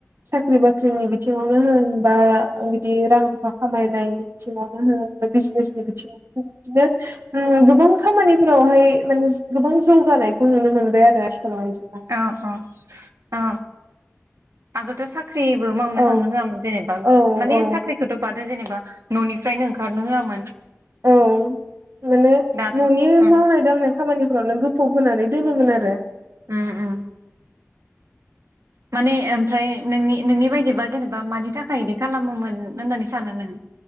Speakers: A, on the right; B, on the right.
A: साख्रि बाख्रिनि बिथिङावनो होन बा बिदि रां रुफा खामायनायनि बिथिङावनो होन बिजनेसनि बिथिङावनो होन बिदिनो ओ गोबां खामानिफोरावहाय माने गोबां जौगानायखौ नुनो मोनबाय आरो आथिखालाव आइजो
B: अ अ अ आगोलथ' साख्रिबो मावनो
A: औ
B: थांनो होयामोन जेनेबा
A: औ
B: माने
A: औ
B: साख्रिखोथ' बाद दा जेनेबा न'निफ्रायनो ओंखारनो होयामोन
A: औ माने
B: दाथ'
A: न'नि
B: ओं
A: मावनाय दांनाय खामानिख फोरावनो गोफ'ब होनानै दोनोमोन आरो
B: उम उम माने ओमफ्राय नोंनि-नोंनि बायदिबा जेनेबा मानि थाखाय इदि खालामोमोन होननानै सानो नों?